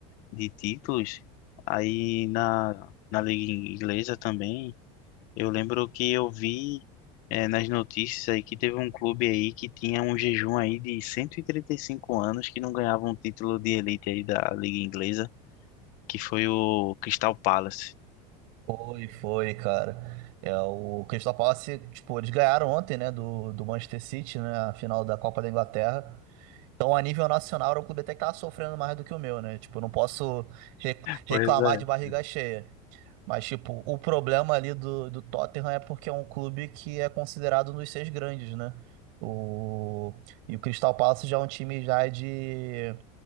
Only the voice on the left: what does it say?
de títulos, aí na, na Liga Inglesa também. Eu lembro que eu vi eh, nas notícias aí que teve um clube aí que tinha um jejum aí de cento e e trinta e cinco anos que não ganhava um título de elite aí da Liga Inglesa, que foi o Crystal Palace.
Pois é.